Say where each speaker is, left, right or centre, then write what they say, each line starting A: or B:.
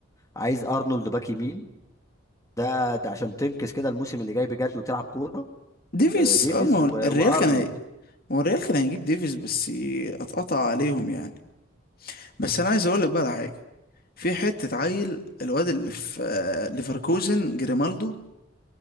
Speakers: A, on the left; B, on the left.
A: عايز ارنولد باك يمين ده ده عشان تنكس كده الموسم اللي جاي بجد وتلعب كورة
B: ديفيس
A: آه، ديفيز
B: اه ما هو
A: و... وارنولد
B: الريال كان هي ما هو الريال كان هيجيب ديفيس بس اتقطع عليهم يعني بس انا عايز اقول لك بقى على حاجه في حته عيل الواد اللي في آه، ليفركوزن جريمالدو